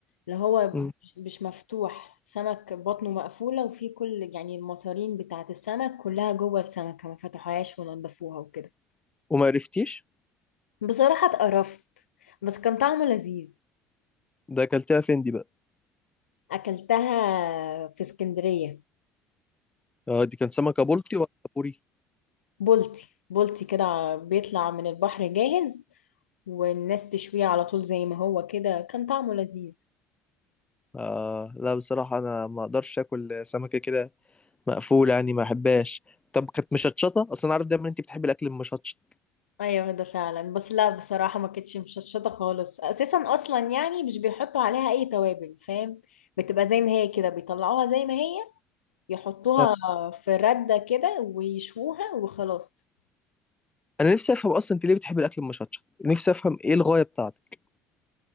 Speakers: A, on the left; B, on the left.
A: اللي هو
B: مم.
A: مش مش مفتوح سمك بطنه مقفولة وفيه كل يعني المصارين بتاعة السمك كلها جوه السمكة ما فتحوهاش ونضفوها وكده
B: وما عرفتيش
A: بصراحة اتقرفت بس كان طعمه لذيذ
B: ده اكلتها فين دي بقى
A: أكلتها في اسكندرية
B: اه دي كان سمكة بلطي ولا بوري
A: بولتي بولتي كده ع- بيطلع من البحر جاهز والناس تشويه على طول زي ما هو كده كان طعمه لذيذ
B: آه لا بصراحة انا ما اقدرش اكل سمكة كده مقفولة يعني ما احبهاش طب كانت مشطشطة اصلا انا عارف دايما انت بتحبي الاكل المشطشط
A: ايوه ده فعلا بس لا بصراحة ما كانتش مشطشطة خالص اساسا اصلا يعني مش بيحطوا عليها اي توابل فاهم بتبقى زي ما هي كده بيطلعوها زي ما هي يحطوها
B: آه.
A: في ردة كده ويشوها وخلاص
B: انا نفسي افهم اصلا انت ليه بتحبي الاكل المشطشط نفسي افهم ايه الغاية بتاعتك